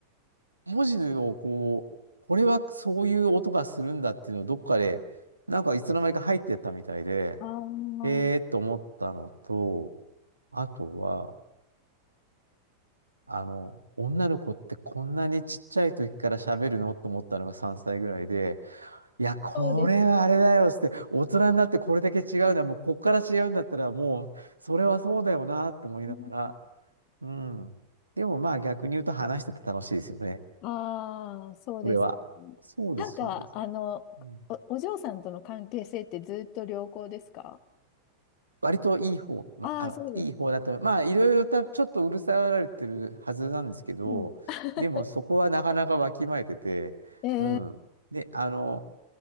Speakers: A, on the right; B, on the left.
A: 文字をこう、これはそういう音がするんだっていうのをどっかで、なんかいつの間にか入ってったみたいで、
B: ああ、
A: えーっと思ったのと、あとは、あの、女の子ってこんなにちっちゃい時から喋るのと思ったのが3歳ぐらいで、いや、これはあれだよっつって、
B: そうです
A: 大人になってこれだけ違うのは、もうこっから違うんだったら、もう、それはそうだよなって思いながら、
B: ね。
A: うん。でもまあ逆に言うと話してて楽しいですよね。
B: ああ、そうですね。
A: これは。そうです、
B: なんか、
A: そうです。
B: あの、
A: うん
B: お、お嬢さんとの関係性ってずっと良好ですか
A: 割といい方、ま、
B: ああー、
A: あの、
B: そうですか。
A: いい方だと思う、まあ、いろいろた、ちょっとうるさがられてるはずなんですけど、
B: うん。<laughs>
A: でもそこはなかなかわきまえてて、
B: えー、
A: うん。で、あの、